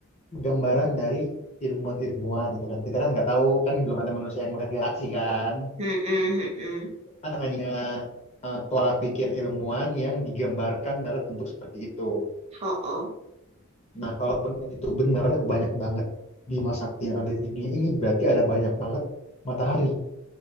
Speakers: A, on the left (about 30°); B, on the right (about 30°).
A: gambaran dari ilmuwan-ilmuwan gitu kan. Kita kan nggak tahu kan belum ada manusia yang melihat galaksi kan.
B: mm-mm, mm-mm.
A: Kan hanya eh, pola pikir ilmuwan yang digambarkan dalam bentuk seperti itu.
B: Oh, oh.
A: Nah, kalaupun itu benar banyak banget Bima Sakti yang ada di dunia ini berarti ada banyak banget matahari.